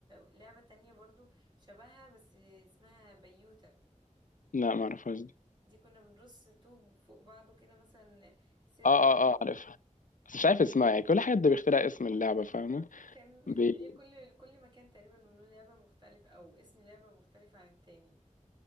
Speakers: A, on the right (about 35°); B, on the left (about 85°).
A: لعبة تانية برضو شبهها بس اسمها بيوتا
B: لا ما أعرفهاش دي
A: دي كنا بنرص طوب فوق بعضه كده مثلا ست
B: اه اه اه عارفها بس مش عارف اسمها يعني كل حد بيخترع اسم اللعبة فاهمة
A: كان
B: بي...
A: <laughs> هي كل كل مكان تقريبا له لعبة مختلفة او اسم لعبة مختلفة عن التاني